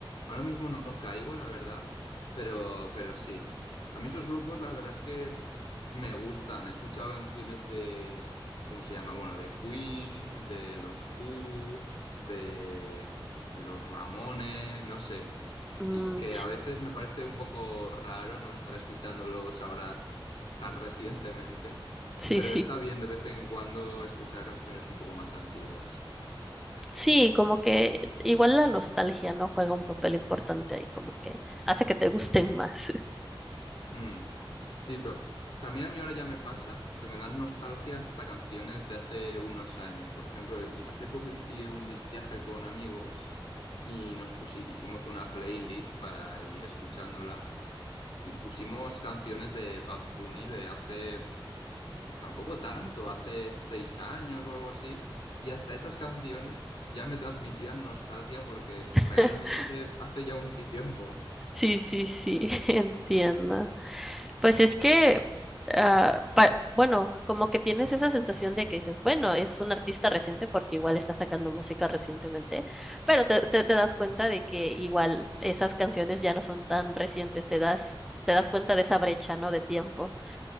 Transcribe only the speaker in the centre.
Mm,
sí.
Sí,
sí.
Sí, como que igual la nostalgia, ¿no? Juega un papel importante ahí, como que hace que te gusten más.
<laughs>
Sí, sí, sí, <laughs> entiendo. Pues es que, ah, pa- bueno, como que tienes esa sensación de que dices, bueno, es un artista reciente porque igual está sacando música recientemente, pero te,
te- te das cuenta de que igual esas canciones ya no son tan recientes, te das, te das cuenta de esa brecha, ¿no? De tiempo